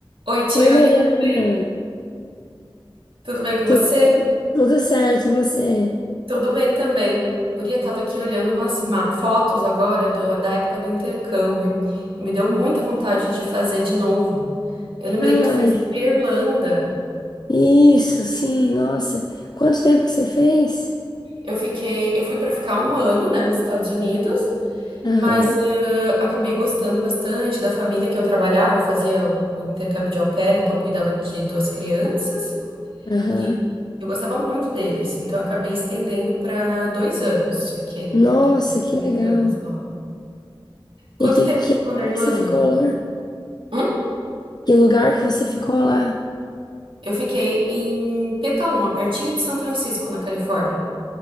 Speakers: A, on the right; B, on the left.
A: Oi, Tiane,
B: Oi, Mariana.
A: tudo bem? Tudo bem com
B: Tudo
A: você?
B: bem? Tudo certo, e você?
A: Tudo bem também. Guria, estava aqui olhando umas ma- fotos agora do- da época do intercâmbio e me deu muita vontade de fazer de novo. Eu lembrei
B: Ai,
A: que tu fez pra Irlanda.
B: isso, sim, nossa. Quanto tempo que você fez?
A: Eu fiquei, eu fui para ficar um ano, né, nos Estados Unidos,
B: Aham,
A: mas eh, acabei gostando bastante da família que eu trabalhava. Eu fazia o, o intercâmbio de au pair, então eu cuidava de duas crianças.
B: aham.
A: E eu gostava muito deles então eu acabei estendendo para dois anos. Fiquei no
B: Nossa,
A: total dois
B: que legal.
A: anos lá. Quanto
B: E que,
A: tempo
B: que
A: que ficou
B: lugar
A: na Irlanda?
B: que você ficou lá?
A: Hum?
B: Que lugar que você ficou lá?
A: Eu fiquei em Petaluma, pertinho de São Francisco, na Califórnia.